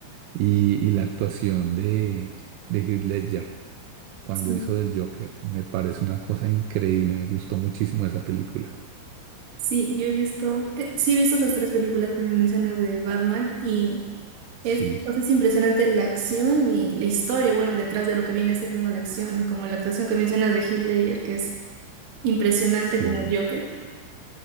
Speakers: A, on the right (about 80°); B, on the right (about 60°).
A: y, y la actuación de, de Heath Ledger cuando
B: Sí,
A: hizo del Joker. Me parece una cosa increíble, me gustó muchísimo esa película.
B: Sí, yo he visto, eh, sí he visto esas tres películas que me mencionas de Batman y es,
A: Sí,
B: o sea, es impresionante la acción y la historia, bueno, detrás de lo que viene siendo la acción, como la actuación que mencionas de Heath Ledger, que es impresionante
A: sí.
B: como el Joker.